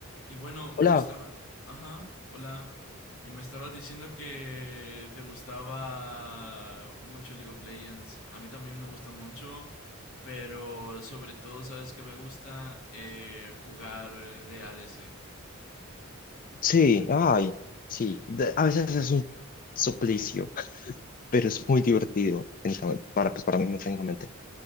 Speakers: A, on the left; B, on the left.
A: Y bueno, me
B: Hola,
A: estaba... Ajá, hola. Y me estabas diciendo que te gustaba mucho League of Legends. A mí también me gusta mucho, pero sobre todo, ¿sabes que me gusta? Eh, jugar de ADC.
B: sí, ay, sí, de- a veces es un suplicio, pero es muy divertido, técnicamente, para, pues, para mí, técnicamente.